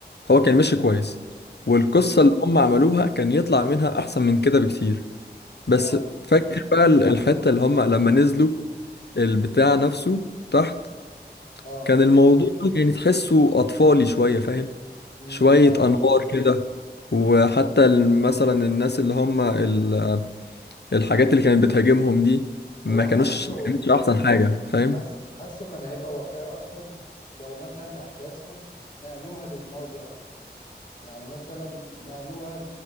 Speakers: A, on the left; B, on the left.
A: هو كان ماشي كويس
B: امم
A: والقصة اللي هم عملوها كان يطلع منها احسن من كده بكتير بس
B: اه
A: فاكر بقى ال- الحتة اللي هم لما نزلوا البتاع نفسه تحت
B: اه
A: كان الموضوع يعني تحسه اطفالي شوية فاهم
B: امم
A: شوية
B: فاهم
A: أنوار كده وحتى ال- مثلا الناس اللي هم ال- الحاجات اللي كانت بتهاجمهم دي ما
B: هو
A: كانوش
B: حاسه
A: ما كانتش أحسن حاجة فاهم
B: حس حاسه كان هيبقى واقعي اكتر لو مثلا احداثه نقلوها للماضي اكتر يعني مثلا نقلوها